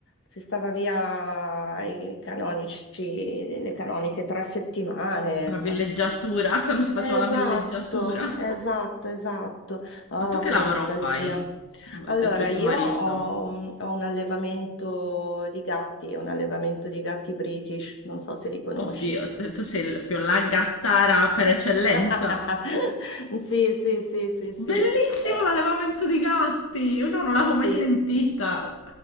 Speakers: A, on the left; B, on the left.
A: si stava via i canonici, le canoniche tre settimane.
B: la villeggiatura, <laughs> quando si faceva
A: Esatto,
B: la villeggiatura. <laughs>
A: esatto, esatto. Oh,
B: Ma tu che
A: che
B: lavoro
A: nostalgia.
B: fai? Tu
A: Allora,
B: e tuo
A: io
B: marito?
A: ho, ho un allevamento di gatti, un allevamento di gatti British, non so se li conosci.
B: Oddio, te- tu sei il più la gattara per eccellenza.
A: <laughs> Sì, sì, sì, sì, sì.
B: Bellissimo
A: Eh,
B: l'allevamento di gatti! Io no, non l'avevo
A: sì.
B: mai sentita.